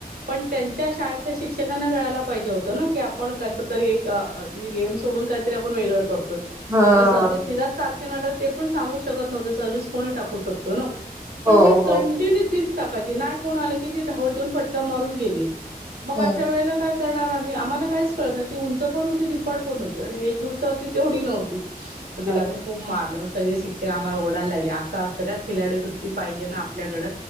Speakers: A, on the right; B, on the right.
A: पण त्यांच्या शाळेतल्या शिक्षकांना कळायला पाहिजे होतं ना की, आपण कस तरी एक म्हणजे गेम सोडून काय तरी आपण वेगळं करतोय.
B: हां
A: आता सर्विस तिलाच सांर त्यानं ते पण सांगू शकत नव्हतो. सर्विस कोणी टाकू शकतो ना, पण
B: हो
A: ती कंटिन्यू
B: हो
A: ती टाकायची नाय कोण आल की, ती धावत येऊन फटका मारून गेली, मग
B: हम्म
A: अशा वेळेला काय करणार आम्ही आम्हाला काहीच कळत नाय. ती उंच पण होती. धिपाड पण होती. आणि एज नुसार ती तेवढी नव्हती. म तिला
B: हां
A: आम्ही खूप मारले. म्हणून सगळे शिक ते आम्हाला ओडायला लागले. असं असतं का खिलाडी वृत्ती पाहिजे ना आपल्याकड